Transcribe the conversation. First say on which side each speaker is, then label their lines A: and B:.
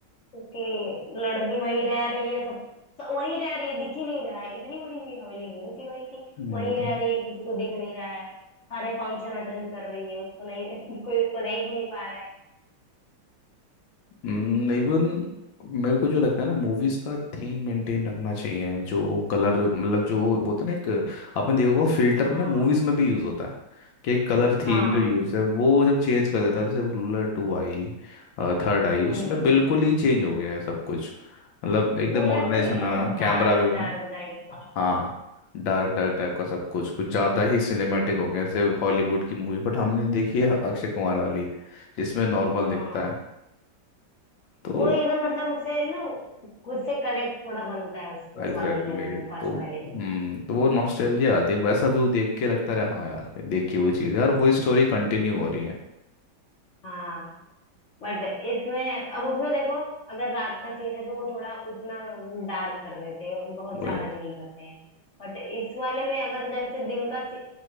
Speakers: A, on the left; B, on the left.
A: क्योंकि लड़की वहीं रह रही है सब सब वहीं रह रही है दिख ही नहीं रहा है इतनी बड़ी भी हवेली नहीं होती भाई कि
B: वही
A: वहीं रह
B: तो
A: रही है किसी को दिख नहीं रहा है सारे फंक्शन अटेंड कर रही है उसको नहीं <laughs> कोई उसको देख ही नहीं पा रहा है
B: इवन मेरे को जो लगता है ना मूवीज का थीम मेंटेन रखना चाहिए जो कलर मतलब जो बोलते हैं ना एक आपने देखा होगा फिल्टर
A: हाँ
B: ना मूवीज में भी यूज होता है कि कलर थीम
A: हाँ
B: जो यूज है वो जब चेंज कर देता है जैसे ruler two eye third eye उसमें
A: हम्म
B: बिल्कुल ही चेंज हो गया है सब कुछ मतलब एकदम
A: पूरा
B: मॉडर्नाइज
A: ऐसा नहीं
B: होना
A: है डार्क
B: कैमरा भी होगा
A: डार्क टाइप का
B: हाँ डार्क डार्क टाइप का सब कुछ कुछ ज़्यादा ही सिनेमैटिक हो गया जैसे हॉलीवुड की मूवी बट हमने देखी है अक्षय कुमार वाली जिसमें नॉर्मल
A: हाँ
B: दिखता है तो
A: वो एकदम मतलब उससे ना खुद से कनेक्ट थोड़ा बनता है उस, उस
B: एग्जैक्टली
A: वाली मूवी
B: exactly.
A: में फर्स्ट
B: तो
A: वाले में
B: हम्म तो वो नॉस्टैल्जिया आती है वैसा व्यू देख के लगता रहा हाँ यार देखी वो चीज़ है और वो स्टोरी कंटिन्यू हो रही है
A: हाँ बट इसमें अब उसमें देखो अगर रात का सीन है तो वो थोड़ा उतना डार्क कर देते हैं बहुत
B: वही
A: ज्यादा भी नहीं करते हैं बट इस वाले में अगर जैसे दिन का सी-